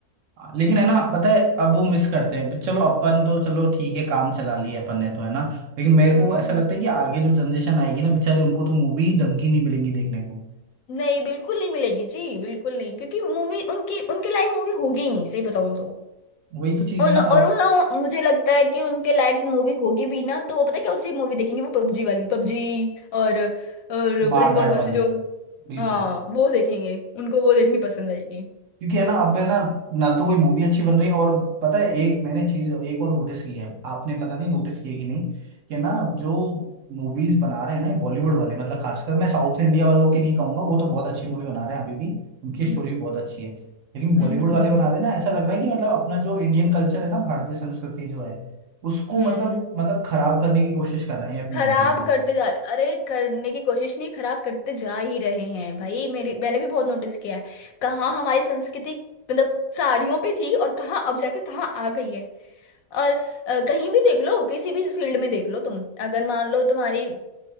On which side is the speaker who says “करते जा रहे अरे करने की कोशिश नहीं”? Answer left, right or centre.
Left